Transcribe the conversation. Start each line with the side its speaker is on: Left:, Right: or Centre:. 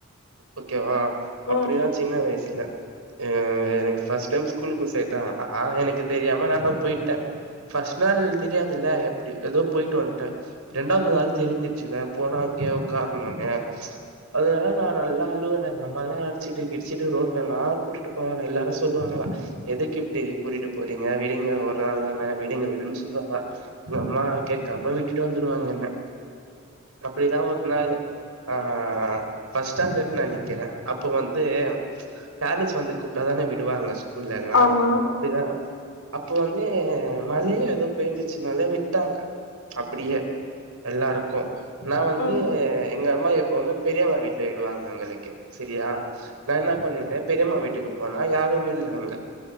Right: ஓகே வா அப்டிதா
Left: ம்
Right: சின்ன வயசுல இல எனக்கு ஃபஸ்ட் டைம் ஸ்கூல் க்கு சே தட்டாங்களா எனக்கு தெரியாம நானு போயிட்ட ஃபஸ்ட் நாள் தெரியாதுல்ல எப்டி ஏதோ போயிட்டு வந்துட்ட ரெண்டாவது நாள் தெரிசிச்சிங்க போனா அங்கே உக்கார்ணுனு அதனால நா நல்லா அழுவனா எங்கம்மா எல்லா அடிச்சிட்டு கிடிச்சிட்டு ரோட்லல்லா கூட்டிட்டு போவாங்க எல்லாரு சொல்லுவாங்களா எதுக்கு இப்டி கூட்டிட்டு போறீங்க விடுங்க ஒரு நாள் தானே விடுங்க விடுன்னு சொல்லுவாங்க அம்மா கேட்கம அம்மா விட்டுட்டு வந்துடுவாங்க என்ன அப்டிதா ஒரு நாளு ஆ ஃபஸ்ஸ்டாண்டர்ட் நனைக்குற அப்போ வந்து பேரன்ஸ் வந்து கூப்டாதானே விடுவாங்க ஸ்கூல் னா
Left: ஆமா
Right: அப்டிதா அப்போ வந்து மழையு ஏதோ பெஞ்சிச்சுனால விட்டாங்க அப்டியே எல்லாருக்கு நா வந்து
Left: ம்
Right: எங்க அம்மா எப்பவுமே பெரியம்மா வீட்டுல விடுவாங்க எங்களுக்கு செரியா நா என்ன பண்ணிட்ட பெரியம்மா வீட்டுக்கு போனா யாருமே இல்ல அங்க